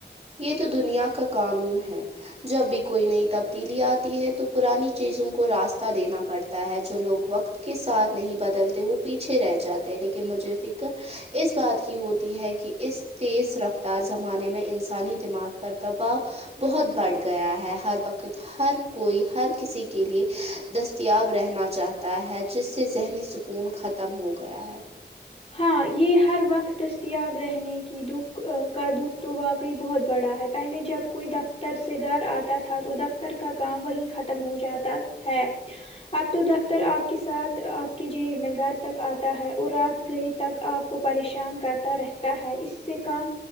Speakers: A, on the right; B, on the left.
A: یہ تو دنیا کا قانون ہے جب بھی کوئی نئی تبدیلی آتی ہے تو پرانی چیزوں کو راستہ دینا پڑتا ہے جو لوگ وقت کے ساتھ نہیں بدلتے وہ پیچھے رہ جاتے لیکن مجھے فکر اس بات کی ہوتی ہے کہ اس تیز رفتار زمانے میں انسانی دماغ پر دباؤ بہت بڑھ گیا ہے ہر وقت ہر کوئی ہر کسی کے لیے دستیاب رہنا چاہتا ہے جس سے ذہنی س کون ختم ہو گیا ہے
B: ہاں یہ ہر وقت دستیاب رہنے کی دکھ کا دکھ تو وا بہت بڑا ہے پہلے جب کوئی دفتر سے گھر آتا تھا تو دفتر کا کام وہیں ختم ختم ہو جاتا ہے اب تو دفتر آپ کے ساتھ آپ کے جیب میں گھر تک آتا ہے اور رات گئی تک آپ کو پریشان کرتا رہتا ہے اس سے کم